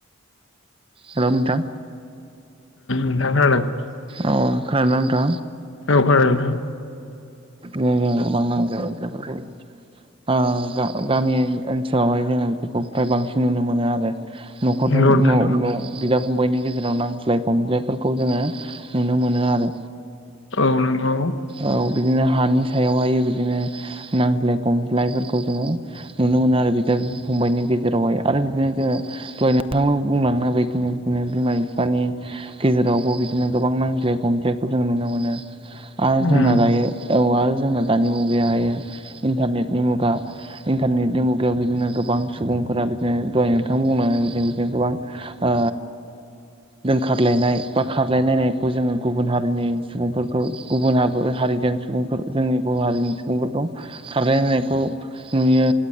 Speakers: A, on the right (about 25°); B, on the left (about 60°).
A: हेल' नोंथां
B: <inaudible>
A: औ खोनादोंना
B: औ खोनादों
A: नोंथाङा <inaudible> ओ गा-गामि ओनसोलावहाय जोङो बिखौ फ्राय बांसिन नुनो मोनो आरो न'खर
B: नोंथां नंगौ
A: जों
B: नोंथां
A: न' न' बिदा-फंबायनि गेजेराव नांज्लाय खमज्लायफोरखौ जोङो नुनो मोनो आरो
B: गावजों गाव
A: औ बिदिनो हानि सायावहाय बिदिनो नांज्लाय खमज्लायफोरखौ जोङो नुनो मोनो आरो बिदा-फंबायनि गेजेरावहाय आरो बिदिनो जोङो दहाय नोंथां बुंलांनाय बादिनो बिनो बिमा-बिफानि गेजेरावबो बिदिनो गोबां नांज्लाय गंज्लायखौ जों नुनो मोनो। आरो
B: उम
A: जोंना दायो औ आरो जोंना दानि मुगायावाहायो इन्टारनेटनि मुगा इन्टारनेटनि मुगायाव बिदिनो गोबां सुबुंफोरा बिदिनो दहाय नोंथां बुंनानै बिदिनो बिदिनो गोबां ओ जोंखारलायनाय बा खारलायनायखौ जोङो गुबुन हारिनि सुबुंफोरखौ गुबुन हा-हारिजों सुबुं जोंनि बर' हारिनि सुबुंफोरखौ खारलायनायखौ नुयो